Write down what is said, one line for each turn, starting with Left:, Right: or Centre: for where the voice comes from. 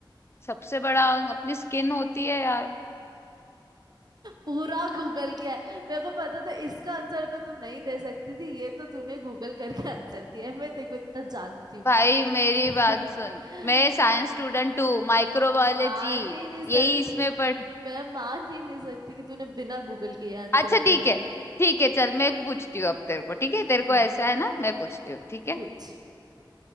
Left: सबसे बड़ा अंग अपनी स्किन होती है यार
Right: पूरा गूगल किया है मेरे को पता था इसका आंसर तो तू नहीं दे सकती थी ये तो तूने गूगल करके आंसर दिया है मैं तेरे को इतना जानती हूँ
Left: भाई मेरी
Right: <laughs>
Left: बात सुन मैं साइंस
Right: हम्म,
Left: स्टूडेंट हूँ माइक्रोबायोलॉजी
Right: मान ही नहीं सकती
Left: यही इसमें पढ़
Right: मैं मान ही नहीं सकती कि तूने बिना गूगल के ये आंसर
Left: अच्छा
Right: दिया
Left: ठीक
Right: होगा
Left: है ठीक है चल मैं पूछती हूँ अब तेरे को ठीक है
Right: हम्म
Left: तेरे को ऐसा है ना मैं पूछती हूँ ठीक है
Right: पूछ